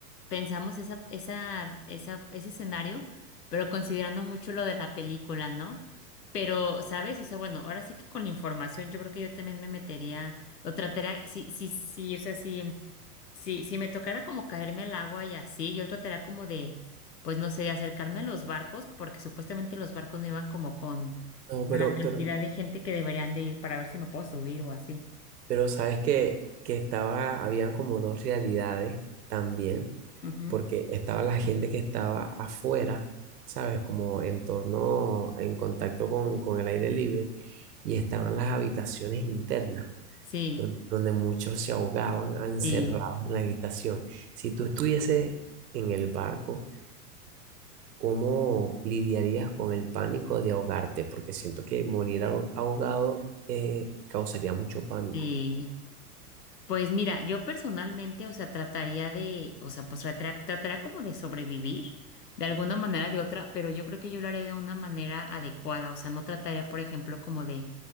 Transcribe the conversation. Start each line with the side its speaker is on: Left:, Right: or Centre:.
Left: pensamos esa, esa, esa, ese escenario, pero considerando mucho lo de la película, ¿no? Pero, ¿sabes? O sea, bueno, ahora sí que con la información yo creo que yo también me metería, o trataría, sí, sí, sí, o sea, sí. Sí, si me tocara como caerme al agua y así, yo trataría como de, pues no sé, de acercarme a los barcos, porque supuestamente los barcos no iban como con,
Right: No,
Left: con
Right: pero,
Left: la cantidad
Right: pero,
Left: de gente que deberían de ir para ver si me puedo subir o así.
Right: pero sabes que, que estaba, habían como dos realidades también,
Left: Ujú.
Right: porque estaba la gente que estaba afuera, ¿sabes? Como en torno, en contacto con, con el aire libre, y estaban las habitaciones internas,
Left: Sí,
Right: don- donde muchos se ahogaban encerrados
Left: sí,
Right: en la habitación. Si tú estuvieses en el barco, ¿Cómo lidiarías con el pánico de ahogarte? Porque siento que morir aho- ahogado eh, causaría mucho pánico.
Left: sí. Pues mira, yo personalmente, o sea, trataría de, o sea, pues trataría, trataría como de sobrevivir de alguna manera o de otra, pero yo creo que yo lo haré de una manera adecuada, o sea, no trataría, por ejemplo, como de,